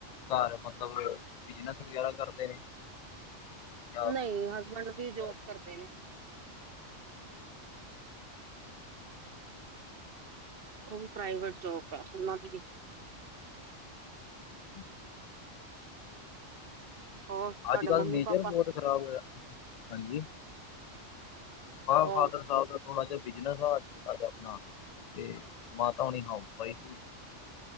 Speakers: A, on the left; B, on the right.
A: ਘਰ ਮਤਲਬ ਬਿਜਨਸ ਵਗੈਰਾ ਕਰਦੇ ਨੇ ਜਾਂ
B: ਨਹੀਂ
A: ਕੀ
B: ਹਸਬੈਂਡ ਵੀ
A: ਵਗੈਰਾ?
B: ਜੋਬ ਕਰਦੇ ਨੇ ਉਹ ਵੀ ਪ੍ਰਾਈਵੇਟ ਜੋਬ ਹੈ ਉਹਨਾਂ ਦੀ ਵੀ
A: <inaudible>
B: ਹੋਰ ਤੁਹਾਡੇ
A: ਅੱਜ ਕੱਲ
B: ਮੰਮੀ
A: ਨੇਚਰ
B: ਪਾਪਾ
A: ਬਹੁਤ ਖ਼ਰਾਬ ਹੋਇਆ ਹਾਂਜੀ ਬਸ
B: ਬਹੁਤ
A: ਫਾਦਰ ਸਾਹਿਬ ਦਾ ਥੋੜਾ ਜਿਹਾ ਬਿਜਨਸੋਟਾ ਜਹਾ ਆਪਣਾ, ਤੇ ਮਾਤਾ ਹੋਣੀ ਹਾਊਸ ਵਾਈਫ ਨੇ